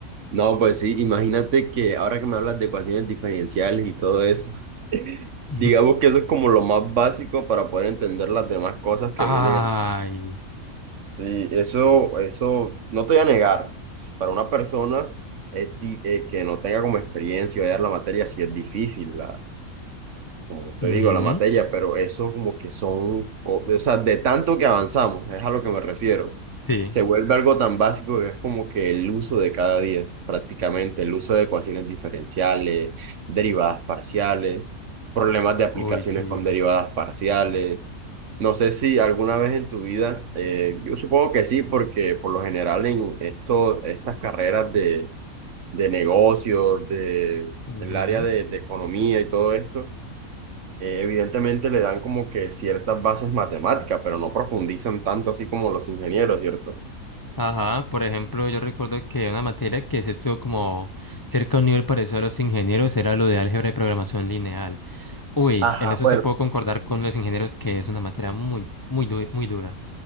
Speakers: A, on the right; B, on the left.
A: No, pues sí, imagínate que ahora que me hablas de ecuaciones diferenciales y todo eso, <laughs>
B: <laughs>
A: digamos que eso es como lo más básico para poder entender las demás cosas que
B: Ay.
A: vienen. Sí, eso, eso, no te voy a negar, si para una persona es di- eh, que no tenga como experiencia o ya la materia, sí es difícil, la. como te
B: ujú,
A: digo, la materia, pero eso como que son, co- o sea, de tanto que avanzamos, es a lo que me refiero.
B: Sí.
A: Se vuelve algo tan básico que es como que el uso de cada día, prácticamente, el uso de ecuaciones diferenciales, derivadas parciales, problemas de aplicaciones
B: Uy, sí.
A: con derivadas parciales. No sé si alguna vez en tu vida, eh, yo supongo que sí, porque por lo general en esto, estas carreras de, de negocios, de,
B: Ujú.
A: el área de de economía y todo esto, eh, evidentemente le dan como que ciertas bases matemáticas, pero no profundizan tanto así como los ingenieros, ¿cierto?
B: Ajá, por ejemplo, yo recuerdo que una materia que se estuvo como cerca a un nivel parecido a los ingenieros era lo de álgebra y programación lineal. Uy,
A: Ajá,
B: en eso
A: bueno,
B: sí puedo concordar con los ingenieros que es una materia muy, muy, du- muy dura.